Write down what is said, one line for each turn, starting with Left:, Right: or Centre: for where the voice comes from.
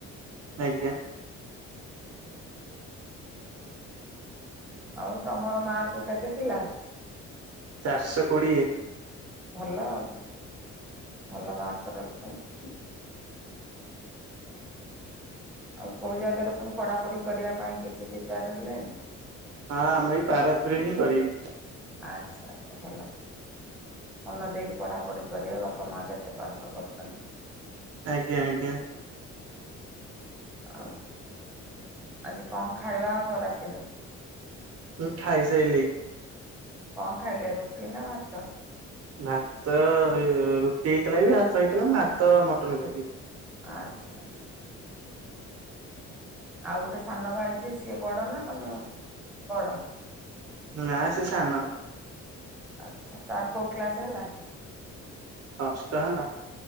Right: ଆଜ୍ଞା।
Centre: ଆଉ ତମର ମାର୍କ କେତେ ଥିଲା?
Right: ଚାରଶ କୋଡ଼ିଏ।
Centre: ଭଲ ଆଉ। ଭଲ ମାର୍କ ରଖିଛନ୍ତି। ଆଉ କୋଉ ଜାଗାରେ ପୁଣି ପଢ଼ାପଢ଼ି କରିବା ପାଇଁ କିଛି ପିପେଆର ହେଲାଣିି?
Right: ହଁ ଆମେ ଏଇ ପାରଦୀପରେ ହିଁ କରିବି।
Centre: ଆଚ୍ଛା ଆଚ୍ଛା ଭଲ। ମନ ଦେଇକି ପଢ଼ାପଢ଼ି କରିବ ବାପା ମା କେତେ କଷ୍ଟ କରୁଛନ୍ତି।
Right: ଆଜ୍ଞା ଆଜ୍ଞା।
Centre: ଆଉ ଆଜି କଣ ଖାଇବା ହବ ରାତିର?
Right: ମୁ ଖାଇସାଇଲେଇଁ।
Centre: କଁ ଖାଇଲେ ରୁଟି ନା ଭାତ?
Right: ଭାତ ଏଇ ରୁଟି ହେଇଥିଲା ବି ଭାତ ହେଇଥିଲା ମୁଁ ଭାତ ମଟନ ଖାଇଲି।
Centre: ଆଚ୍ଛା ଆଚ୍ଛା। ଆଉ ଗୋଟେ ସାନ ଭାଇ ଯିଏ ସିଏ ବଡ଼ ନା ତମେ ବଡ଼?
Right: ନା ସିଏ ସାନ।
Centre: ଆଚ୍ଛା, ତାର କୋଉ କ୍ଲାସ ହେଲା?
Right: ଷଷ୍ଠ ହେଲା।